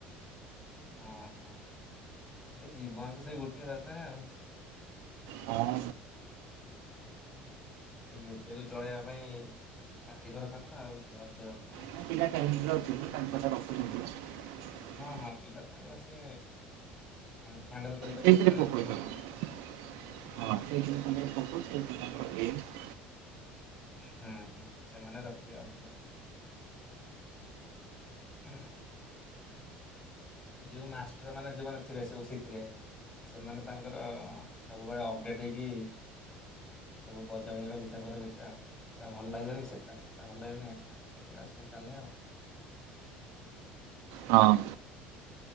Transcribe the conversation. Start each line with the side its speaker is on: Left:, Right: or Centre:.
Left: ଓ ହୋ ସେ ଜୀବନକୁ ସେଇ ଗୋଟିଏ ଦରକାର ଆଉ।
Right: ହଁ।
Left: ସେ ଗୋଟେକୁ ଚଳେଇବା ପାଇଁ କାଠିକର କାଠ ଆଉ ଅଧିକରଠ
Right: <inaudible>
Left: ହଁ ହଁ ପିଲା ତାଙ୍କର ସେ ହ୍ୟାଣ୍ଡେଲ କରିପାରିବେ
Right: ସେଇଥିରେ
Left: ସେମାନେ
Right: ଫୋକସ୍
Left: ସବୁ
Right: ହେବ
Left: ରଖୁଛନ୍ତି।
Right: <inaudible>
Left: ହଁ ହୁଁ ହୁଁ ସେମାନେ ରଖିବେ ଅଧିକା। ଉଁ। ଯୋଉ ମାଷ୍ଟର ମାନେ ଯୋଉମାନ ଥିବେ ସବୁ ଶିଥିରେ। ସେମାନେ ତାଙ୍କର ସବୁବେଳେ ଅପଡେଟ ହେଇକି ସବୁ ବଦଳେଇବେ ଗୋଟେ ପରେ ଗୋଟେ ଆ ଏଟା ଭଲ ଲାଗିଲନି ସେଟା ସେଟା ଭଲ ଲାଗିଲନି ଏଟା। ସବୁ ଚାଲେ ଆଉ।
Right: ହଁ।